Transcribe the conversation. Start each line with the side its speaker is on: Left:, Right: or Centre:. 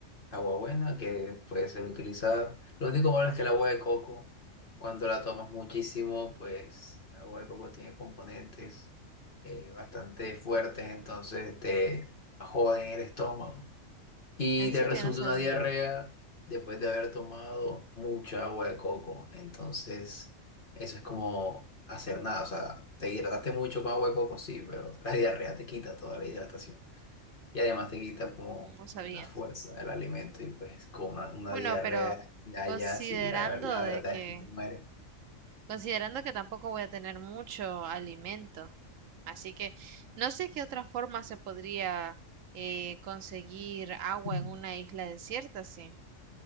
Left: agua buena que puede ser utilizada. Lo único malo es que el agua de coco, cuando la tomas muchísimo, pues el agua de coco tiene componentes eh, bastante fuertes, entonces te joden el estómago y
Right: En
Left: te
Right: serio,
Left: resulta
Right: no sabía.
Left: una diarrea después de haber tomado mucha agua de coco. Entonces, eso es como hacer nada. O sea, te hidrataste mucho con agua de coco, sí, pero la diarrea te quita toda la hidratación. Y además te quita como
Right: No sabía.
Left: la fuerza del alimento y pues con una, una
Right: Bueno,
Left: diarrea
Right: pero
Left: allá,
Right: considerando
Left: sí, ya la
Right: de
Left: verdad
Right: que,
Left: es que te mueres.
Right: considerando que tampoco voy a tener mucho alimento. Así que no sé qué otra forma se podría eh, conseguir agua
Left: Mm.
Right: en una isla desierta, sí.